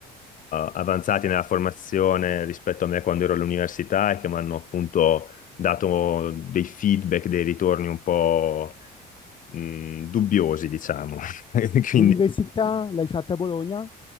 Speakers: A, on the left; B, on the left.
A: avanzati nella formazione rispetto a me quando ero all'università e che mi hanno appunto dato dei feedback, dei ritorni un po' mh, dubbiosi, diciamo. <laughs> Quindi
B: L'università l'hai fatta a Bologna?